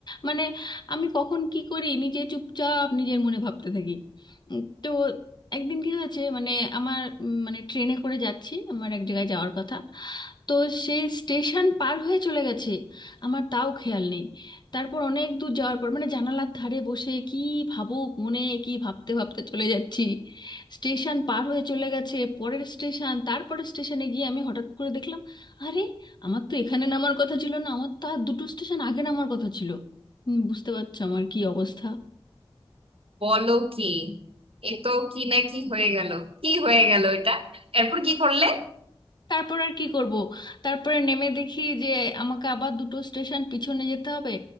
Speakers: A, on the left; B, on the right.
A: মানে আমি কখন কি করি নিজে চুপচাপ নিজের মনে ভাবতে থাকি উম, তো একদিন কি হয়েছে মানে আমার উম, মানে ট্রেনে করে যাচ্ছি আমার এক জায়গায় যাওয়ার কথা তো সেই স্টেশন পার হয়ে চলে গেছে আমার তাও খেয়াল নেই তারপর অনেক দূর যাওয়ার পর মানে জানালার ধারে বসে কি ভাবুক মনে কি ভাবতে ভাবতে চলে যাচ্ছি স্টেশন পার হয়ে চলে গেছে পরের স্টেশন তারপরের স্টেশনে গিয়ে আমি হঠাৎ করে দেখলাম আরে আমার তো এখানে নামার কথা ছিল না আমার তো আর দুটো স্টেশন আগে নামার কথা ছিল হুম, বুঝতে পারছো আমার কি অবস্থা
B: বলো কি এ তো কি না কি হয়ে গেল কি হয়ে গেল এটা এরপর কি করলে
A: তারপর আর কি করব তারপরে নেমে দেখি যে আমাকে আবার দুটো স্টেশন পিছনে যেতে হবে